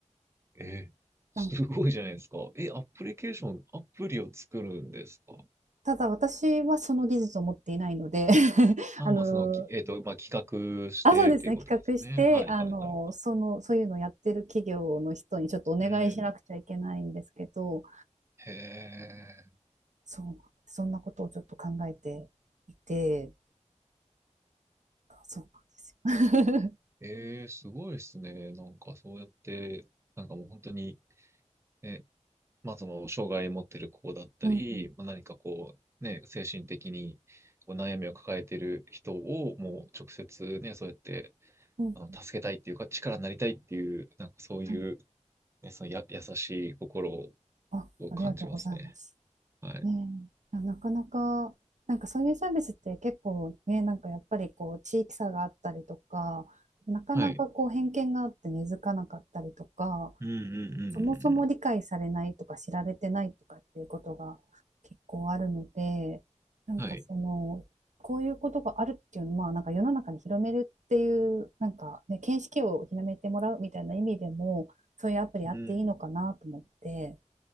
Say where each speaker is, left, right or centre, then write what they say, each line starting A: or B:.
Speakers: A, on the right; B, on the right.
A: ええ。すごいじゃないですか。
B: なん
A: え、アプリケーション、アプリを作るんですか
B: ただ私はその技術を持っていないので <laughs>
A: あ、
B: あの
A: まあ、その、きえっと、まあ、企画してっていうことですね。
B: あそうですね企画してあのそのそういうのをやってる企業の人にちょっとお願いしなくちゃいけないんですけど
A: はいはいはいはい。うん。へえ。
B: そうそんなことをちょっと考えていて。そうなんですよ。
A: ええ、すごいですね。なんかそうやって、なんかもう本当に、ね、まあその、障害持ってる子だったり、
B: <laughs> うんうん
A: まあ、何かこう、ね、精神的にこう悩みを抱えてる人を、もう直接ね、そうやって、
B: うん
A: あの、助けたいっていうか、力になりたいっていう、なんかそういう、
B: はい
A: ね、そのや、優しい心
B: あ、
A: を感じますね。
B: ありがとうございます。
A: はい。
B: ねえ、いやなかなか、なんかそういうサービスって結構ね、なんかやっぱりこう地域差があったりとか、なかなかこう偏見があって根付かなかったりとか、
A: はい。うんうんうんうんうん。
B: そもそも理解されないとか知られてないとかっていうことが結構あるので、なんかその、
A: はい。
B: こういうことがあるっていうのは、まあなんか世の中に広めるっていう、なんかね、見識を広めてもらうみたいな意味でも、そういうアプリあっていいのかなと思って、
A: うん。